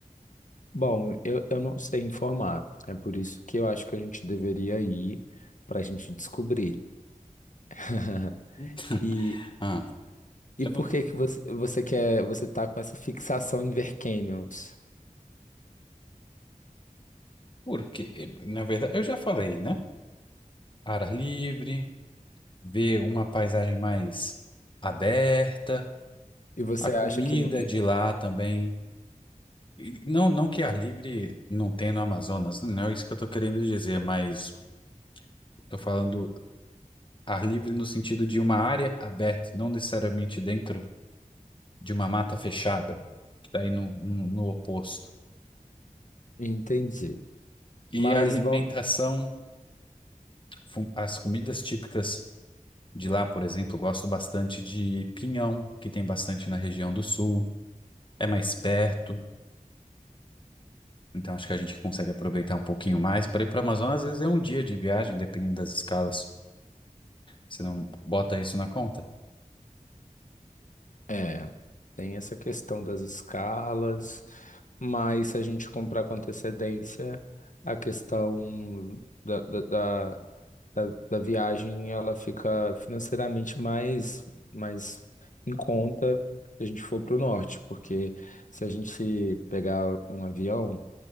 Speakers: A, on the left; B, on the left.
A: Bom, eu, eu não sei informar. É por isso que eu acho que a gente deveria ir para a gente descobrir. <laughs>
B: <laughs>
A: E,
B: Ah,
A: e
B: eu
A: por
B: não,
A: que que você, você quer, você tá com essa fixação em ver canyons?
B: porque, na verdade, eu já falei, né? Ar livre, ver uma paisagem mais aberta,
A: E você
B: a comida
A: acha que não... hum,
B: de lá também. E Não, não que ar livre não tenha no Amazonas, não é isso que eu estou querendo dizer, mas estou falando ar livre no sentido de uma área aberta, não necessariamente dentro de uma mata fechada, que daí no, no, no oposto.
A: Entendi.
B: E
A: Mas
B: a alimentação,
A: vamos,
B: fu- as comidas típicas de lá, por exemplo, eu gosto bastante de pinhão, que tem bastante na região do sul, é mais perto, então acho que a gente consegue aproveitar um pouquinho mais. Para ir para o Amazonas, às vezes é um dia de viagem, dependendo das escalas. Você não bota isso na conta?
A: É, tem essa questão das escalas, mas se a gente comprar com antecedência, a questão da, da, da, da- da viagem ela fica financeiramente mais, mais em conta se a gente for para o norte, porque se a gente pegar um avião.